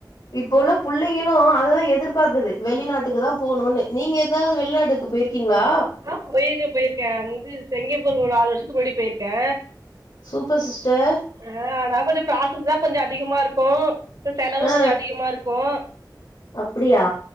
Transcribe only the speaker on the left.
இப்ப உள்ள புள்ளைங்களு அததா எது எதிர்பாக்குது வெளிநாட்டுக்கு தா போணுனு நீங்க எதாவது வெளிநாட்டுக்கு போயிருக்கீங்களா
சூப்பர் சிஸ்டர்
ஆ
அப்டியா